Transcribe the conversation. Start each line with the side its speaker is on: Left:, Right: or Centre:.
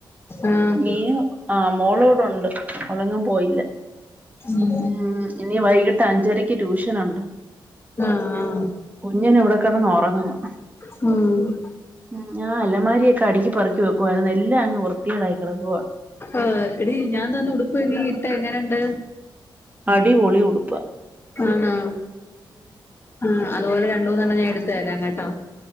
Left: ആഹ്
Right: മീനു ആഹ് മോളിവിടെ ഉണ്ട് ഓള് എങ്ങും പോയില്ല
Left: ഉം
Right: ഉം ഇനി വൈകിട്ട് അഞ്ചരക്ക് ട്യൂഷനുണ്ട്
Left: ആഹ് ആഹ്
Right: കുഞ്ഞന് ഇവിടെകെടന്ന് ഉറങ്ങ്ന്ന്
Left: ഉം
Right: ഉം ആഹ് അലമാരിയൊക്കെ അടുക്കി പറക്കി വെക്കുവായിരുന്നു എല്ലാം അങ്ങ് വൃത്തിക്കെടായി കെടക്കുവാ
Left: ആഹ് എടി ഞാൻ തന്ന ഉടുപ്പ് ട്ടേ എങ്ങനെണ്ട്
Right: അടിപൊളി ഉടുപ്പ
Left: ആണോ? ആഹ് അതുപോലെ രണ്ടൂന്നെണ്ണം ഞാൻ എടുത്തുതരാം കെട്ടോ.